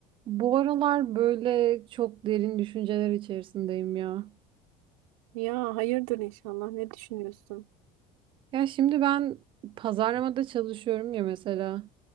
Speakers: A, on the right; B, on the right.
A: Bu aralar böyle çok derin düşünceler içerisindeyim ya.
B: Ya hayırdır inşallah. Ne düşünüyorsun?
A: Ya şimdi ben pazarlamada çalışıyorum ya mesela.